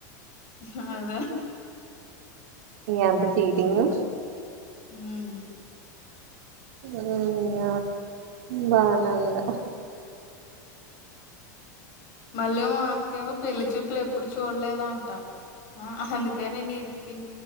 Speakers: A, on the left; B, on the right.
A: <unintelligible>
B: ఎంత చీటింగు
A: అవును
B: ఆ ఇంగ బానే ఉంది
A: మల్లేమో మా అక్కేమో పెళ్ళి చూప్పులు ఎప్పుడు చూడలేదు అంట ఆ అందుకేనే నీ పిన్